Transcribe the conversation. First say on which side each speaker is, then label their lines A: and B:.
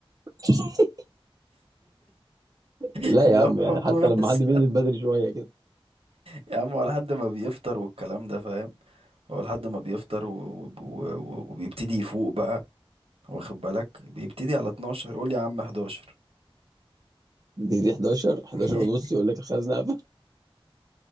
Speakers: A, on the right; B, on the right.
A: <laughs>
B: <laughs>
A: لا يا
B: لو
A: عم
B: حكومة
A: يعني حتى لما
B: <laughs>
A: حد بينزل بدري شوية كده
B: يا عم هو لحد ما بيفطر والكلام ده فاهم هو لحد ما بيفطر و... و... و... وبيبتدي يفوق بقى واخد بالك بيبتدي على 12 قول يا عم 11
A: دي دي 11 11
B: <laughs>
A: ونص يقول لك الخزنة